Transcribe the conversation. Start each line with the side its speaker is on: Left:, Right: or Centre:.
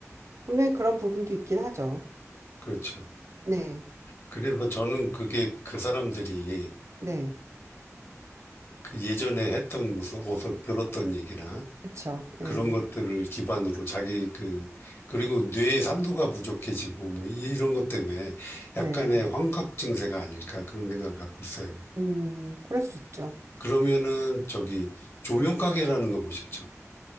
Right: 분명히 그런 부분도 있긴 하죠.
Left: 그렇죠.
Right: 네,
Left: 그래서 저는 그게 그 사람들이
Right: 네,
Left: 그 예전에 했던 무슨 어서 들었던 얘기나
Right: 그렇죠. 네.
Left: 그런 것들을 기반으로 자기 그, 그리고 뇌의 산도가 부족해지고 뭐 이런 것 때문에
Right: 네,
Left: 약간의 환각 증세가 아닐까 그런 생각을 갖고 있어요.
Right: 음, 그럴 수 있죠.
Left: 그러면은 저기 조명가게라는 거 보셨죠?